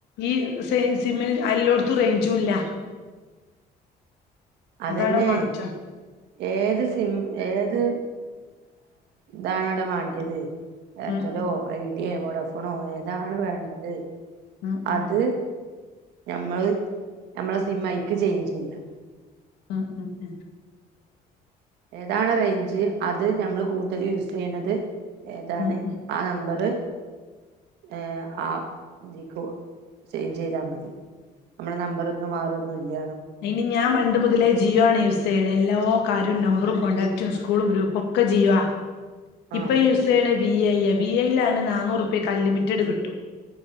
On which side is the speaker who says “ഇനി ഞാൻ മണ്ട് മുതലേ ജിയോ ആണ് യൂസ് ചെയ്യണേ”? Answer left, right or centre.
Left